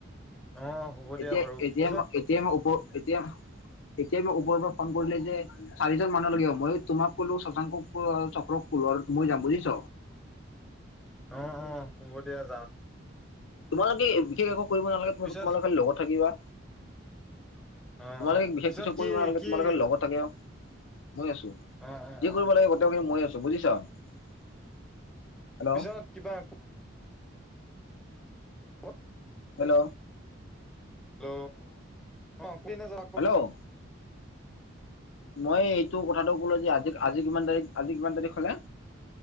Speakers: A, in the centre; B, on the left (about 70°).
A: অ হ'ব
B: এতিয়া
A: দিয়া বাৰু
B: এতিয়া
A: পিছত
B: এতিয়া মই ওপ এতিয়া, এতিয়াই মই ওপৰৰ পৰা ফোন কৰিলে যে চাৰিজন মানুহ লাগে, মই তোমাক কলো, শশাংক অ চক্ৰক কলো আৰু মই যাম বুজিছ?
A: অ অ হ'ব দিয়া যা
B: তোমালোকে বিশেষ একো কৰিব নালাগে তুমি
A: পিছত
B: তোমালোকে লগত থাকিবা।
A: অ
B: তোমালোকে
A: অ
B: বিশেষ
A: পিছত
B: কিছু
A: কি
B: কৰিব নালাগে
A: কি
B: তোমালোকে লগত থাকা, মই আছো।
A: অ অ
B: যি
A: অ
B: কৰিব লাগে গোটেই <unintelligible> মই আছো বুজিছা? হেল্ল'?
A: পিছত কিবা কত?
B: হেল্ল'?
A: হেল্ল? অ কৈ নাযায় আকৌ
B: হেল্ল'
A: পিছে।
B: মই তোৰ কথাটো কলো যে আজি আজি কিমান তাৰিখ, আজি কিমান তাৰিখ হ'লে